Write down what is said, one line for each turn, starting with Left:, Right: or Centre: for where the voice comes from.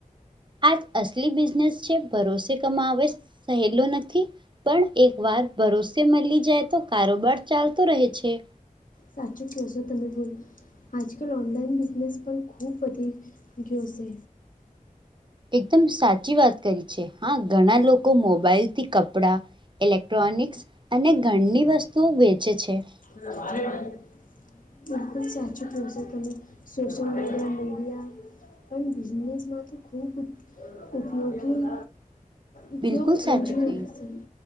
Right: આજ અસલી બિઝનેસ છે, ભરોસે કમાવે સહેલો નથી. પણ એકવાર ભરોસે મળી જાય તો કારોબાર ચાલતો રહે છે.
Left: સાચું કહશો તમે બોન આજકાલ ઓનલાઈન બિઝનેસ પણ ખૂબ વધી ગયો છે.
Right: એકદમ સાચી વાત કરી છે, હા ઘણા લોકો મોબાઈલથી કપડાં, ઇલેક્ટ્રોનિક્સ અને ઘરની વસ્તુઓ વેચે છે.
Left: <unintelligible> <inaudible> બિલકુલ સાચું કવશો તમે સોશ્યલમીડિયા, પણ બિઝનેસમાંથી ખૂબ ઉપયોગી ઉપયોગ,
Right: બિલકુલ
Left: થઈ
Right: સાચું
Left: જવો
Right: થયું
Left: જોઈએ.